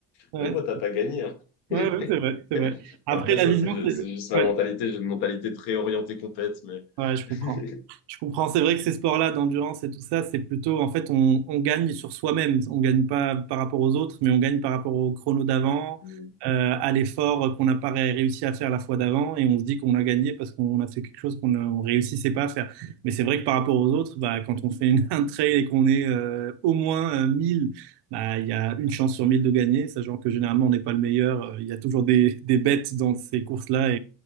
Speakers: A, on the right; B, on the left.
A: Ouais.
B: vraiment, t'as pas gagné. hein.
A: Ouais,
B: <laughs>
A: ouais, c'est vrai, c'est vrai. Après,
B: Après,
A: l'alignement,
B: ça, c'est
A: c'est...
B: c'est juste ma
A: ouais.
B: mentalité. J'ai une mentalité très orientée compète, mais
A: Ouais, je comprends.
B: <laughs>
A: Je comprends. C'est vrai que ces sports-là d'endurance et tout ça, c'est plutôt, en fait, on, on gagne sur soi-même. On gagne pas par rapport aux autres, mais on gagne par rapport au chrono d'avant,
B: Mm.
A: euh, à l'effort qu'on n'a pas ré- réussi à faire la fois d'avant, et on se dit qu'on a gagné parce qu'on a fait quelque chose qu'on ne on réussissait pas à faire. Mais c'est vrai que par rapport aux autres, bah, quand on fait une, <laughs> un trail et qu'on est euh, au moins euh, 1000, bah, il y a une chance sur 1000 de gagner, sachant que généralement on n'est pas le meilleur. Euh, Il y a toujours des, des bêtes dans ces courses-là,